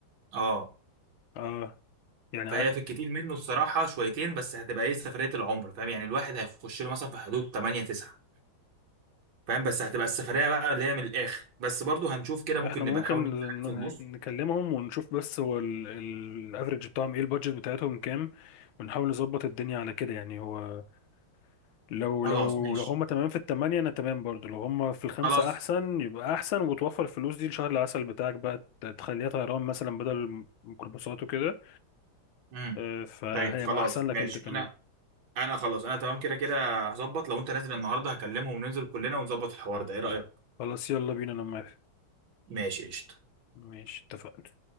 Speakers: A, on the right (about 70°); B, on the left (about 80°).
A: اه
B: اه يعني
A: فهي في الكتير منه الصراحة شويتين بس هتبقى ايه سفرية العمر فاهم يعني الواحد هيخش له مثلا في حدود 8 9 فاهم بس هتبقى السفرية بقى اللي هي من الآخر بس برضو هنشوف كده ممكن
B: احنا ممكن
A: نبقى نحاول نجيب حاجة
B: ن-
A: في النص
B: نكلمهم ونشوف بس هو الافريج بتاعهم ايه البادجت بتاعتهم كام ونحاول نظبط الدنيا على كده يعني هو لو
A: خلاص
B: لو
A: ماشي
B: لو هم تمام في التمانية انا تمام برضو لو هم في الخمسة
A: خلاص
B: احسن يبقى احسن وتوفر الفلوس دي لشهر العسل بتاعك بقى ت- تخليها طيران مثلا بدل ميكروباصات وكده
A: امم
B: اه، فهيبقى
A: طيب خلاص
B: احسن لك
A: ماشي
B: انت كمان
A: انا انا خلاص انا تمام كده كده هظبط لو انت نازل النهارده هكلمهم ننزل كلنا ونظبط الحوار ده ايه رأيك
B: خلاص يلا بينا انا موافق
A: ماشي قشطة
B: ماشي اتفقنا